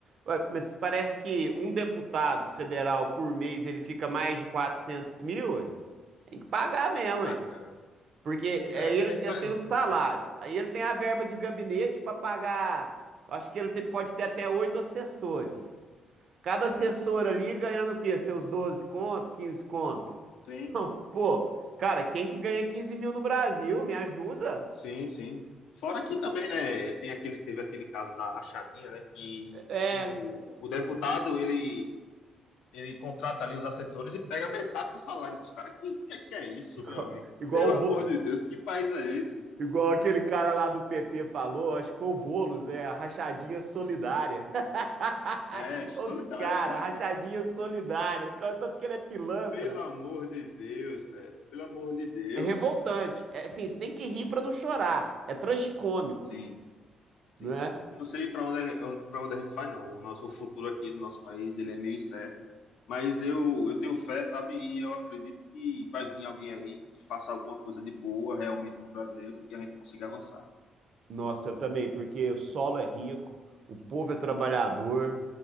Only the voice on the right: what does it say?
ué, mas parece que um deputado federal por mês ele fica mais de quatrocentos mil, ué. Tem que pagar mesmo,
ué.
Porque
aí
ele,
ele tem o salário, aí ele tem a verba de gabinete para pagar. Eu acho que ele te- pode ter até oito assessores. Cada assessor ali ganhando o quê? Seus 12 conto, 15 conto?
Não, Pô, cara, quem que ganha quinze mil no Brasil? Me ajuda?
É,
Igual,
igual
o Bo-
igual aquele cara lá do PT falou, acho que foi o Boulos, né? A rachadinha solidária. <laughs>
Os caras,
rachadinha solidária. O cara, tanto que ele é pilantra.
é revoltante. É, assim, você tem que rir pra não chorar. É tragicômico.
né?
Nossa, eu também, porque o solo é rico, o povo é trabalhador,